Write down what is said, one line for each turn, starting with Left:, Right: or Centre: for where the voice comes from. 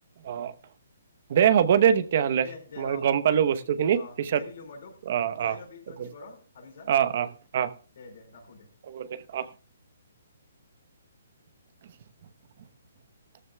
Right: অ দে হ'ব দে তেতিয়াহ'লে
Left: দে দে
Right: মই
Left: অহ
Right: গম পালোঁ
Left: অহ
Right: বস্তুখিনি
Left: অহ
Right: পিছত
Left: কৈ দিলোঁ মই তোক
Right: অঁ
Left: চাই
Right: অঁ
Left: ল'বি তই
Right: হ'ব
Left: কি কৰ ভাবি চা
Right: অঁ অঁ অঁ
Left: দে দে ৰাখোঁ
Right: হ'ব দে অঁ <inaudible>